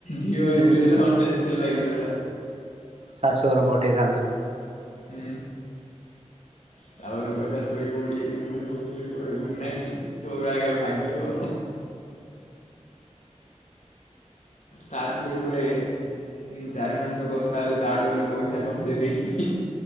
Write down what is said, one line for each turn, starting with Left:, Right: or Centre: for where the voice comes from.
Left: ଝିଅ ହେଇଥିଲେ
Right: ହୁଁ
Left: ହଁ ଟେନସନ ଲାଗିଥାନ୍ତା।
Right: ଶାଶୁଘର ପଠେଇଥାନ୍ତୁ।
Left: ହୁଁ। ତାପରେ କହିଲା ଶୋଇ ପଡ଼ି <unintelligible> କେମିତି ପୁଅ ଶୋଇବ <unintelligible> ନେଷ୍ଟ ତୋର ଆଗେ ଭାଗିବ। ତା ହରେ ଗୋଟେ ତିନି ଚାରି ମାସ କଥା ହେଲେ ତାଠୁ ଗଲେ ପଇସା ଖଚେଇ ଦେଇକି